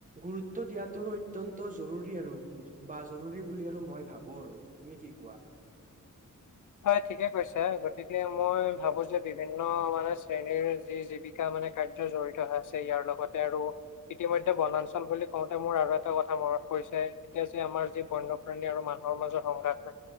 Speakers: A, on the right (about 25°); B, on the left (about 70°).
A: গুৰুত্ব দিয়াতটো অত্যন্ত জৰুৰী আৰু বা জৰুৰী বুলি আৰু মই ভাবো আৰু। তুমি কি কোৱা?
B: হয় ঠিকে কৈছা। গতিকে মই ভাবো যে বিভিন্ন মানে শ্ৰেণীৰ যি জীবি কা মানে কাৰ্য জড়িত আছে ইয়াৰ লগতে আৰু ইতিমধ্যে বনাঞ্চল বুলি কওঁতে মোৰ আৰু এটা কথা মনত পৰিছে। এতিয়া যে আমাৰ যি বন্যপ্ৰাণী আৰু মানুহৰ মাজত সংঘাত হয়